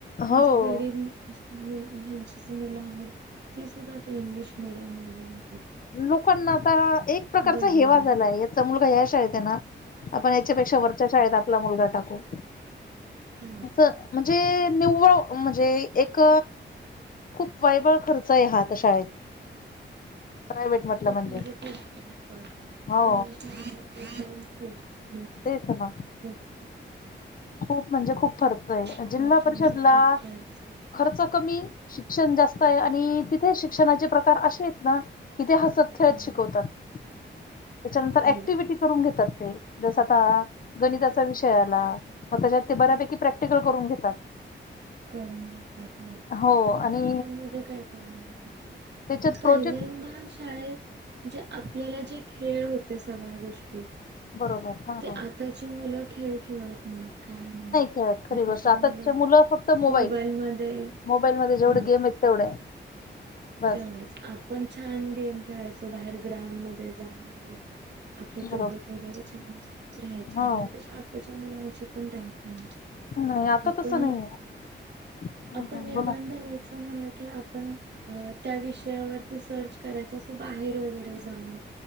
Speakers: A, on the right; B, on the left.
A: पण
B: हो.
A: जे गरीब मुल हेचींच मुलं आहेत ती सुद्धा आता इंग्लिश मिडियम मध्ये
B: लोकांना आता एक एक प्रकारचा
A: बदललाय
B: हेवा झालाय याचा मुलगा ह्या शाळेत आहे ना आपण याच्यापेक्षा वरच्या शाळेत आपला मुलगा टाकू.
A: हा
B: अस म्हणजे निव्वळ म्हणजे- एक खूप वायवळ खर्च आहे हा शाळेत <inaudible> म्हटलं
A: <unintelligible>
B: म्हणजे हो
A: म्हणजे
B: तेच ना
A: खूप
B: खूप म्हणजे खूप फरक आहे
A: खूप
B: जिल्हा परिषदला
A: म्हणजे खूप खर्च
B: खर्च कमी शिक्षण जास्त आहे आणि तिथे शिक्षणाचे प्रकार असे आहेत ना इथे हसत खेळत
A: हा
B: शिकवतात त्याच्यानंतर
A: हो
B: ऍक्टिव्हटी करून घेतात ते जस आता गणिताचा विषय आ आपला त्याच्यात ते बऱ्यापैकी प्रॅक्टिकल करून घेतात.
A: करून घेतात म्हणजे
B: हो
A: इंग्लीश
B: आणि
A: मिडीयम मध्ये काय करून घेतात?
B: त्याच्यात प्रोजेक्ट
A: पहिल्यांदा शाळेत म्हणजे आपल्याला जे खेळ होते सगळ्या गोष्टी
B: बरोबर हा
A: ते
B: हा
A: आताची मुलं खेळ खेळत नाहीत. काही नाही
B: खेळत खरी
A: आताची
B: गोष्ट आताच्या
A: मुलं <inaudible>
B: फक्त मोबाईल
A: मोबाईलमध्ये
B: मोबाईल मध्ये जेवढे
A: हं
B: गेम आहेत तेवढे बस
A: तेवढंच आपण छान गेम खेळायचो बाहेर ग्राउंड मध्ये जाऊन वगैरे आपली
B: बरोबर
A: तब्बेत वगैरे छान राहायची
B: हो
A: वगैरे त आताच्या मुलांची पण राह
B: नाही आता
A: आपण
B: तसं नाही आहे
A: आपण निबंध
B: बोला
A: लिहायचं म्हणल की आपण अ त्या विषयावरती सर्च करायच असं बाहेर वगैरे जाऊन